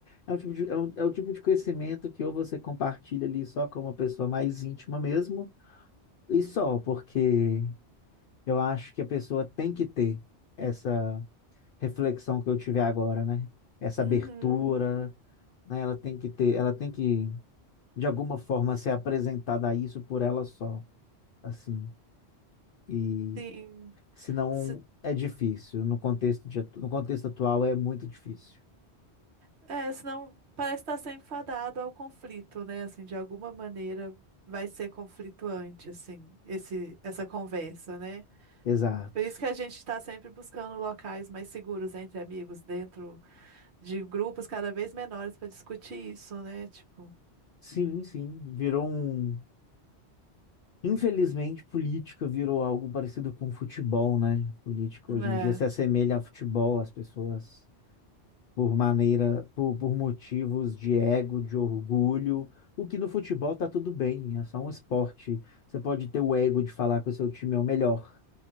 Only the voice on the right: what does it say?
Uhum,
sim.
Se,
é, senão parece estar sempre fadado ao conflito, né? Assim, de alguma maneira vai ser conflituante, assim, esse, essa conversa, né?
Por isso que a gente está sempre buscando locais mais seguros entre amigos, dentro de grupos cada vez menores para discutir isso, né? Tipo,
é,